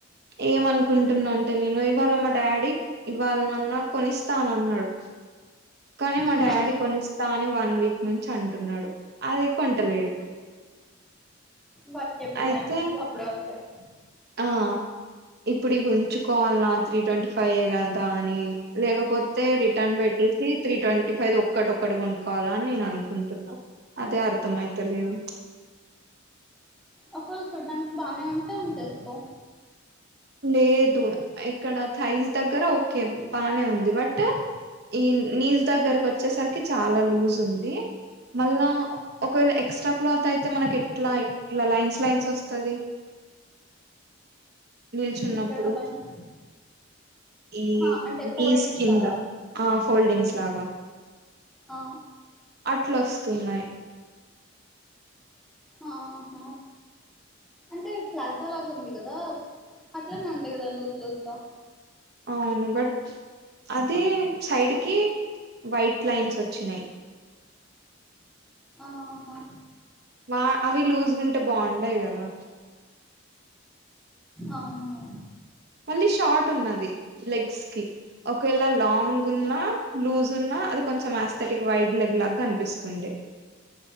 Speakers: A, on the right; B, in the centre.
A: ఏమనుకుంటున్నా అంటే నేను ఇవాళ మా డాడీ ఇవాళనన్న కొనిస్తానన్నా న్నాడు కానీ
B: ఉహు
A: మా డాడీ కొనిస్తా అని వన్ వీక్ నుంచి అంటున్నాడు అది కొంటలేడు
B: వాటికి ఎప్పుడు
A: అయితే
B: టైమ్ వస్తదో అప్పుడే వస్తాయి
A: ఆ ఇప్పుడు ఇవి ఉంచుకోవాల త్రీ ట్వంటీ ఫైవె కదా అని లేకపోతే రిటర్న్ పెట్ ట్టేసి త్రీ ట్వంటీ ఫైవ్ దీ ఒక్కటిక్కటి కొనుక్కోవాల అని నేను అనుకుంటున్నా అదే అర్థమయితలేదు
B: ఒకవేళ చూడ్డానికి బానే ఉంటే ఉన్చేసుకో
A: లేదు ఇక్కడ థైజ్ దగ్గర ఓకే బానే ఉంది బట్ ఈ నీస్ దగ్గరకి వచ్చేసరికి చాలా లూజ్ ఉంది. మళ్ళా ఒకవేళ ఎక్స్ట్రా క్లాత్ అయితే మనకి ఎట్లా ఇట్లా లైన్స్ లైన్స్ వస్తది. నిల్చున్నప్పుడు
B: ఇక్కడ లైన్స్
A: ఈ
B: హా అంటే
A: నిస్
B: ఫోల్డింగ్స్
A: కింద
B: లాగా
A: ఆ ఫోల్డేగ్స్ లాగా
B: ఆ
A: అట్లొస్తున్నాయి.
B: ఆహా అంటే ఫ్లాసోలాగా ఉంది కదా అట్లనే ఉంటాయి కదా లూస్ లూస్ గ
A: అవును బట్ అదే సైడ్కి వైట్ లైన్స్ వచ్చినాయి.
B: ఆహా
A: మా అవి లూజ్గుంటే బాగుండయి కదా
B: అవును
A: మళ్ళీ షార్ట్ ఉన్నది లెగ్స్ కి ఒకవేళ లాంగ్ ఉన్నా లూజ్ ఉన్న అది కొంచెం ఆస్థెటిక్ వైట్ లెగ్ లాగా గనిపిస్తుండే